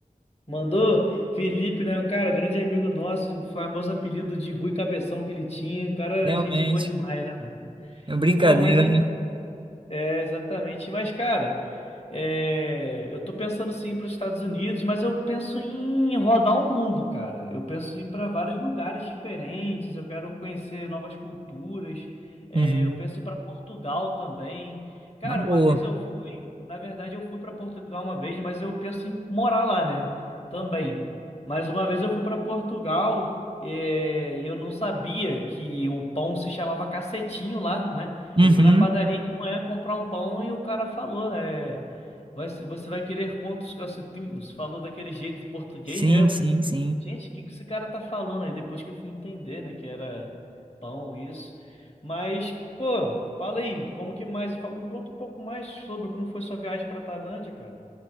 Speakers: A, on the left; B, on the right.
A: Mandou? Felipe, né? Um cara, grande amigo nosso, o famoso apelido de Rui Cabeção que ele tinha. Um cara,
B: Realmente,
A: gente boa demais, né, mano?
B: é uma brincadeira,
A: Pô, mas a
B: né?
A: É, exatamente. Mas, cara, é, eu tô pensando sim para os Estados Unidos, mas eu penso em rodar o mundo, cara. Eu penso em ir para vários lugares diferentes, eu quero conhecer novas culturas. É,
B: Uhum.
A: eu penso em ir para Portugal também. Cara,
B: Uma boa.
A: uma vez eu fui, na verdade, eu fui para Portugal uma vez, mas eu penso em morar lá, né? Também. Mas uma vez eu fui para Portugal é, e eu não sabia que o pão se chamava cacetinho lá, né?
B: Uhum.
A: Eu fui na padaria de manhã comprar um pão e o cara falou, é, vai- você vai querer quantos cacetinhos? Falou daquele jeito português,
B: Sim,
A: né? Eu,
B: sim, sim.
A: Gente, o que que esse cara tá falando? Aí depois que eu fui entender, né, que era pão, isso. Mas, pô, fala aí, como que mais, fala- conta um pouco mais sobre como foi sua viagem pra Tailândia, cara.